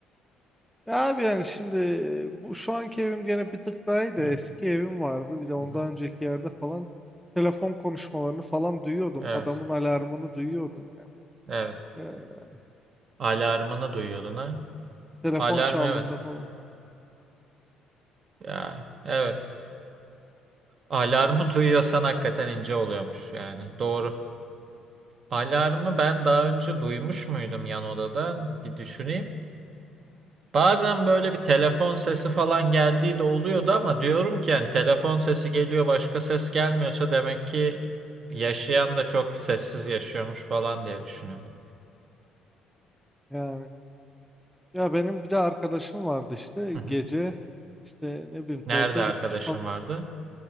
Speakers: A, in the centre; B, on the right.
A: Ya abi yani şimdi e, bu şu anki evim gene bir tık daha iyi de
B: <laughs> Evet.
A: eski evim vardı. Bir de ondan
B: Hı hı.
A: önceki yerde falan telefon konuşmalarını falan duyuyordum.
B: Evet.
A: Adamın alarmını duyuyordum yani.
B: Evet.
A: Ee,
B: Alarmını duyuyordun ha?
A: telefon
B: Alarm
A: çaldığında
B: evet.
A: falan
B: Ya evet. Alarmı <laughs> duyuyorsan hakikaten ince oluyormuş yani. Doğru. Alarmı ben daha önce duymuş muydum yan odadan? Bir düşüneyim. Bazen böyle bir telefon sesi falan geldiği de oluyordu ama diyorum ki yani telefon sesi geliyor başka ses gelmiyorsa demek ki yaşayan da çok sessiz yaşıyormuş falan diye düşünüyordum.
A: yani. Ya benim bir de arkadaşım vardı işte
B: Hı hı.
A: gece işte ne bileyim tuvalete
B: Nerede arkadaşım
A: gitmiş falan.
B: vardı?